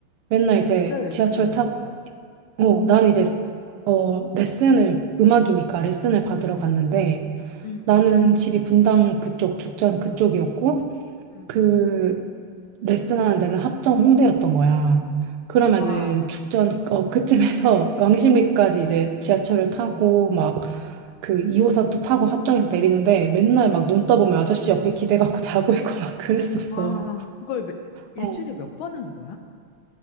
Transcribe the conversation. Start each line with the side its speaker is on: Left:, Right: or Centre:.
Right: 맨날 이제
Left: 진짜 열심히
Right: 지하철
Left: 했나
Right: 타고
Left: 보다.
Right: 어, 나는 이제 어, 레슨을, 음악이니까 레슨을 받으러
Left: 음,
Right: 갔는데
Left: 음,
Right: 나는
Left: 음,
Right: 집이 분당 그쪽, 죽전 그쪽이었고
Left: 음,
Right: 그
Left: 음.
Right: 레슨하는 데는 합정 홍대였던 거야. 그러면은
Left: 와,
Right: 죽전, 어, 그쯤에서 <laughs> 왕십리까지 이제 지하철을 타고
Left: 어,
Right: 막 그 2호선 또 타고 합정에서 내리는데 맨날 막 눈 떠보면 아저씨 옆에 기대갖고 <laughs> 자고 있고 막 그랬었어.
Left: 와, 그걸 매- 일주일에
Right: 어,
Left: 몇 번 한 거야?